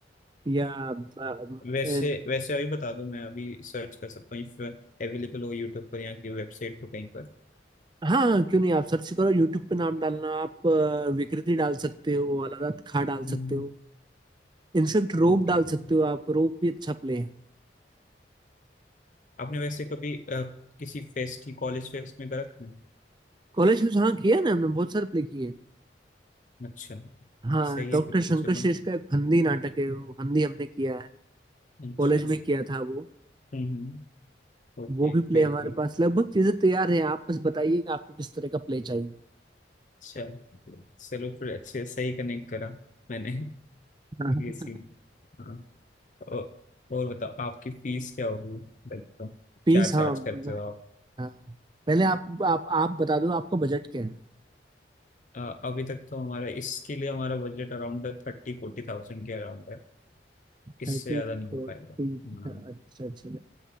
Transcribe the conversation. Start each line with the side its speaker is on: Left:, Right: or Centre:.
Right: या अ,
Left: वैसे
Right: अ,
Left: वैसे अभी बता दो मैं अभी सर्च कर सकता हूँ इफ अवेलेबल हो यूट्यूब पर या की वेबसाइट पर कहीं पर
Right: हाँ हाँ, क्यों नहीं आप सर्च करो यूट्यूब पे नाम डालना आप अ, विकृति डाल सकते हो अलारात खा डाल
Left: हम्म
Right: सकते हो इनफेक्ट रोप
Left: Okay
Right: डाल
Left: okay.
Right: सकते हो आप रोप भी अच्छा प्ले है
Left: आपने वैसे कभी अ, किसी फेस्ट ही कॉलेज फेस्ट में कर रखा है
Right: कॉलेज में हाँ किया है ना हमने बहुत सारे प्ले किए हैं
Left: अच्छा
Right: हाँ
Left: सही
Right: डॉक्टर
Left: है फिर
Right: शंकर
Left: तो चलो
Right: शेष का एक फंदी नाटक है वो फंदी हमने किया है
Left: अच्छा
Right: कॉलेज में किया था वो
Left: हम्म Okay
Right: वो भी प्ले
Left: great
Right: हमारे
Left: great
Right: पास लगभग चीजें तैयार हैं आप बस बताइए कि आपको किस तरह का प्ले चाहिए
Left: अच्छा चलो फिर अच्छे सही कनेक्ट करा मैंने
Right: हाँ
Left: ये सीन हाँ और, और बताओ आपकी फीस क्या होगी लाइक
Right: पीस
Left: क्या चार्ज
Right: हाँ मैं
Left: करते हो आप
Right: हाँ पहले आप आप आप बता दो आपका बजट क्या है
Left: अ, अभी तक तो हमारा इसके लिए हमारा budget around thirty forty thousand के अराउंड है इससे
Right: Thirty
Left: ज्यादा नहीं
Right: forty
Left: हो पाएगा हाँ
Right: अच्छा अच्छा